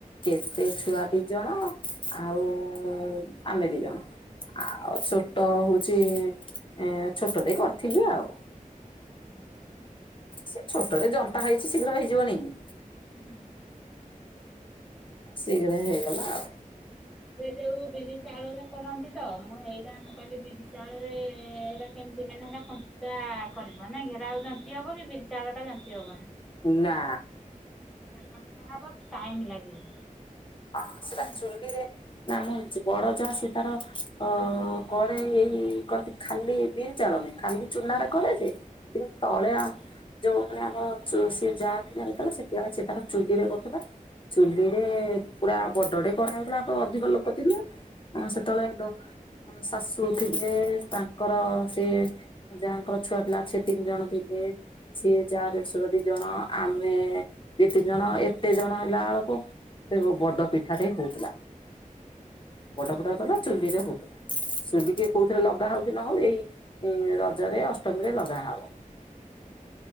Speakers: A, on the left; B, in the centre.
A: କେତେ ଛୁଆ ଦି ଜଣ ଆଉ ଆମେ ଦି ଜଣ। ଆଉ ଛୋଟ ହଉଚି ଏଁ ଛୋଟ ଟେ କରିଥିଲି ଆଉ।
B: ଅଁ, ହଁ।
A: ସେ ଛୋଟଟେ ଜନ୍ତା ହେଇଛି ଶୀଘ୍ର ହେଇଯିବନିକି।
B: ହୁଁ।
A: ଶୀଘ୍ର ହେଇଗଲା ଆଉ।
B: ସେ ଯୋଉ ବିରି ଚାଉଳରେ କରନ୍ତି ତ, ମୁଁ ହେଇଟା ମୁଁ କହିଲି ବିରି ଚାଉଳରେ କେମିତି ମାନେ ହେଟା କଞ୍ଚା କରିବ ନା ଘେରା ଆଉ ଜନ୍ତି ହବ କି, ବିରି ଚାଉଳଟା ଜନ୍ତି ହବନି।
A: ନା।
B: ସେଇଟା କଣ ହବ ଟାଇମ୍ ଲାଗିବ।
A: ହଁ ସେଟା
B: ଉଁ
A: ଚୁଲିରେ ନାମ ହଉଛି ବଡ ଯା ସେ ତାର ଅ କରେ ଏଇ କଅନ୍ତି ଖାଲି ବିରି ଚାଉଳରେ ଖାଲି ଚୁନାରେ କରେ ଯେ, କିନ୍ତୁ ତଳେ ଆ ଯୋଉମାନେ ଆମ ସିଏ ଯାଆ ଥିଲା ଯେତେବେଳେ, ସେତିକିବେଳେ ସେ ତାର ଚୁଲିରେ କରୁଥିଲା। ଚୁ୍ଲିରେ ପୁରା ବଡଡେ କରା ହୋଉଥିଲା ତ ଅଧିକ ଲୋକ ଥିଲେ, ଆ ସେତେବେଳେ ଦ ଶାଶୁ ଥିଲେ, ତାଙ୍କର ସେ ମୋ ଯାଆଙ୍କର ଛୁଆ ପିଲା ସେ ତିନି ଜଣ ଥିଲେ। ସିଏ ଯାଆ ଦେଢଶୁର ଦି ଜଣ, ଆମେ ଦି ତିନି ଜଣ ଏତେ ଜଣ ହେଲା ବେଳକୁ ସେ ବଡ ପିଠାଟେ ହଉଥିଲା। ବଡ ପିଠା ହଉଥିଲା, ଚୁଲିରେ ହଉଥିଲା। ଚୁଲି କି କୋଉଥିରେ ଲଗା ହଉ ଥିଲା ହଉ ଏଇ ରଜରେ, ଅଷ୍ଟମୀରେ ଲଗା ହବ।